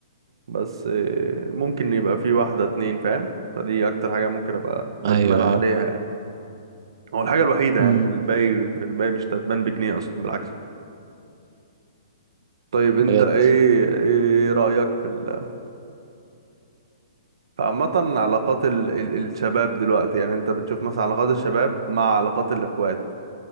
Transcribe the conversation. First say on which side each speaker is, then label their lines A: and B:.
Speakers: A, on the right (about 65°); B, on the right (about 45°).
A: بس آه، ممكن يبقى في واحده اتنين فاهم فدي اكتر حاجه ممكن ابقى ندمان
B: أيوه
A: عليها
B: أيوه
A: يعني هو الحاجه الوحيده
B: امم
A: يعني في الباقي في الباقي مش ندمان بجنيه اصلا بالعكس طيب انت
B: بجد
A: ايه ايه رايك في ال فعامة علاقات ال... ال... الشباب دلوقتي يعني انت بتشوف مثلا علاقات الشباب مع علاقات الاخوات